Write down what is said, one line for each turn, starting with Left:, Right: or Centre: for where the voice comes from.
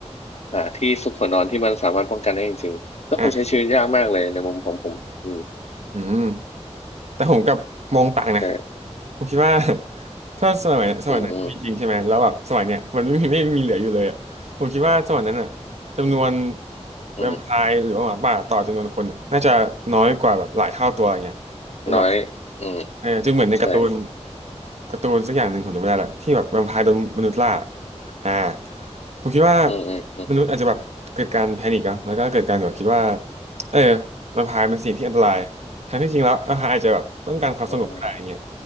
Left: หาที่ซุกหัวนอนที่มันสามารถป้องกันได้จริงๆก็คงใช้ชีวิตยากมากเลยในมุมของผมอืม
Right: อ่าอืม แต่ผมกลับมองต่างนะ
Left: ใช่
Right: ผมคิดว่า <laughs> ถ้าสมัยสมัยนั้นมีจริงใช่ไหมแล้วแบบสมัยเนี้ยมันไม่มีไม่มีเหลืออยู่เลยอ่ะผมคิดว่าสมัยนั้นอ่ะ
Left: อืมอืม
Right: จำนวน
Left: อืม
Right: แวมไพร์หรือว่าหมาป่าต่อจำนวนคนอะน่าจะน้อยกว่าแบบหลายเท่าตัวอย่างเงี้ยเป็นแบบ
Left: น้อยอืม
Right: เออจนเหมือนในการ์ตูน
Left: ใช่
Right: การ์ตูนสักอย่างหนึ่งผมจำไม่ได้ละที่แบบแวมไพร์โดนมนุษย์ล่าอ่าผมคิดว่า
Left: อืมอืม
Right: มนุษย์อาจจะแบบเกิดการแพนิคอะแล้วก็เกิดการแบบคิดว่าเออแวมไพร์เป็นสิ่งที่อันตราย ทั้งที่จริงแล้วเอออาจจะแบบต้องการความสงบก็ได้อย่างเงี้ย
Left: อืม